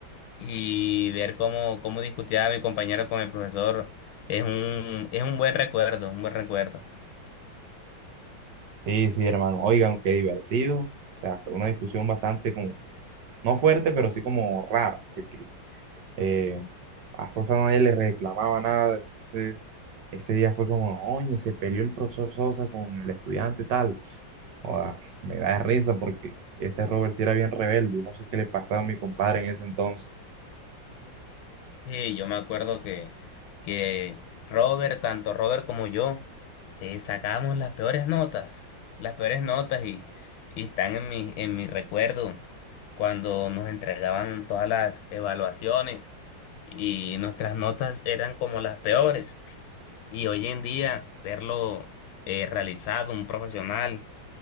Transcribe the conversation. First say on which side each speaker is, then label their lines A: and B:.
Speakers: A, on the left; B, on the right.
A: y ver cómo, cómo discutía mi compañero con el profesor es un, es un buen recuerdo, un buen recuerdo.
B: Sí, sí, hermano. Oigan, qué divertido. O sea, fue una discusión bastante como, no fuerte, pero sí como rara, porque eh, a Sosa nadie le reclamaba nada. Entonces, ese día fue como, oye, se peleó el profesor Sosa con el estudiante tal. Joda, me da risa porque ese Robert sí era bien rebelde y no sé qué le pasaba a mi compadre en ese entonces.
A: Sí, yo me acuerdo que, que Robert, tanto Robert como yo, eh, sacábamos las peores notas, las peores notas y, y están en mi, en mi recuerdo cuando nos entregaban todas las evaluaciones y nuestras notas eran como las peores. Y hoy en día verlo eh, realizado, un profesional